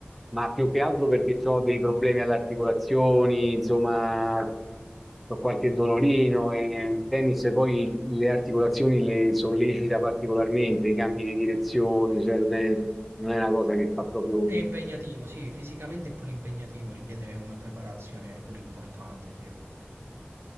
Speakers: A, in the centre; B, on the right.
A: Ma più che altro perché ho dei problemi alle articolazioni, insomma,
B: No, ho capito.
A: ho qualche dolorino e il tennis poi le articolazioni le sollecita particolarmente, i cambi di direzione, cioè non è, non è una cosa che fa proprio
B: È
A: benissimo.
B: impegnativo, sì, fisicamente è pure impegnativo, richiede una preparazione pure importante, sì.